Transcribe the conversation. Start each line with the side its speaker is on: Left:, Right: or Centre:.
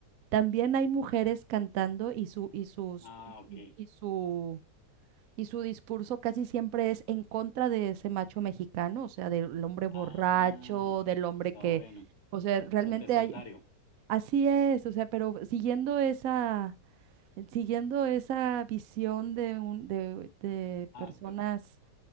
Right: también hay mujeres cantando y su, y sus,
Left: Ah, ok.
Right: y su y su discurso casi siempre es en contra de ese macho mexicano, o sea, del hombre borracho,
Left: Ah,
Right: del hombre
Left: está
Right: que,
Left: bueno.
Right: o sea,
Left: Con-
Right: realmente
Left: Contestatario.
Right: hay, así es, o sea, pero siguiendo esa, siguiendo esa visión de un, de, de
Left: Ah,
Right: personas
Left: ok.